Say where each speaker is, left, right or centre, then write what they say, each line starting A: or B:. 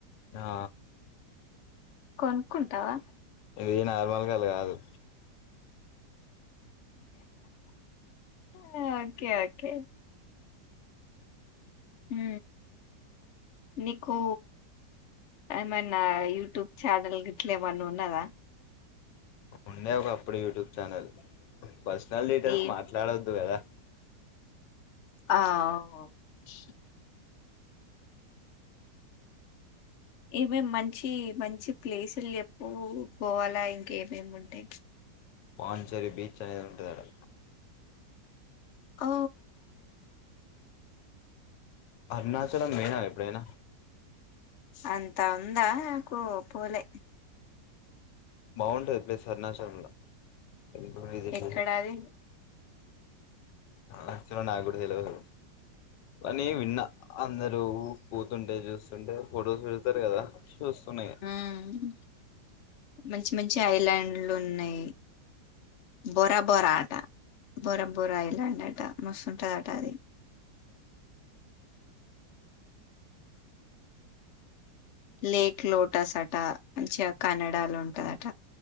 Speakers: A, on the left; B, on the left.
A: ఆ
B: కొనుక్కుంటావా
A: ఇది నార్మల్ గాదు
B: హా ఓకే ఓకే మ్ నీకు ఏమైనా యూట్యూబ్ ఛానల్ గీట్లా ఏమన్న ఉన్నదా
A: ఉండే ఒక అప్పుడు యూట్యూబ్ ఛానల్ పర్సనల్ డీటెయిల్స్
B: ఏ
A: మాట్లాడొద్దు కదా
B: ఆ ఓక ఏవేమి మంచి మంచి ప్లేసులు ఎప్పు గోవాల ఇంకా ఏమేమి ఉంటాయి
A: పాంచచెరీ బీచ్ అనేది ఉంటది అడా
B: ఓ
A: అరుణాచలం పొయినవా ఎప్పుడైనా
B: అంతా ఉందా కు పోలే
A: బాగుంటది ప్లేస్ అరుణాచలంల <unintelligible> ఎదిట్
B: ఎక్కడది
A: అ చ్చ నాకూడా తెలవదు అని విన్నా అందరు ఊ పోతుంటే చూస్తుంటే ఫొటోస్ పెడతారు కదా చూస్తున్నాయి
B: మ్ మంచి మంచి ఐలాండ్లు ఉన్నాయి బోరా బోరా అట బోరా బోరా ఐలాండ్ అట మస్తుంటదట అది లేక్ లోటాస్ అటా మంచిగా కనడాలో ఉంటందట